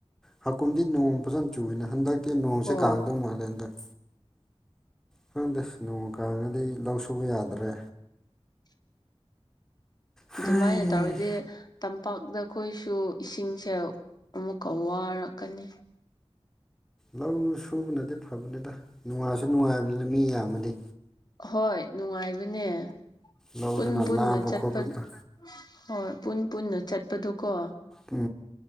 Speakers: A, in the centre; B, on the left.
A: ꯍꯥꯀꯨꯝꯗꯤ ꯅꯣꯡ ꯐꯖꯅ ꯆꯨꯏꯅ ꯍꯟꯗꯛ ꯀꯤ ꯅꯣꯡꯁꯦ
B: ꯍꯣꯏ
A: ꯀꯥꯡꯗꯧ ꯃꯥꯜꯂꯦ ꯍꯟꯗꯛ ꯈꯪꯗꯦ ꯅꯣꯡ ꯀꯥꯡꯒꯗꯤ ꯂꯧ ꯁꯨꯕ ꯌꯥꯗ꯭ꯔꯦ
B: <inaudible>
A: ꯍꯥꯏ
B: ꯑꯗꯨꯃꯥꯏꯅ ꯇꯧꯔꯗꯤ ꯇꯝꯄꯥꯛꯇ ꯑꯩꯈꯣꯏꯁꯨ ꯏꯁꯤꯡꯁꯦ ꯑꯃꯨꯛꯀ ꯋꯥꯔꯛꯀꯅꯤ
A: ꯂꯧ ꯁꯨꯕ ꯅꯠꯇꯦ ꯐꯕꯅꯤꯗ ꯅꯨꯡꯉꯥꯏꯁꯨ ꯅꯨꯡꯉꯥꯏꯕꯅꯤꯅ ꯃꯤ ꯌꯥꯝꯃꯗꯤ
B: ꯍꯣꯏ ꯅꯨꯡꯉꯥꯏꯕꯅꯦ
A: ꯂꯧꯗꯅ
B: ꯄꯨꯟ ꯄꯨꯟꯅ
A: ꯂꯥꯝꯕ
B: ꯆꯠꯄ
A: ꯈꯣꯠꯄꯗꯨꯗ
B: ꯍꯣꯏ ꯄꯨꯟ ꯄꯨꯟꯅ ꯆꯠꯄꯗꯨꯣ ꯀꯣ
A: ꯎ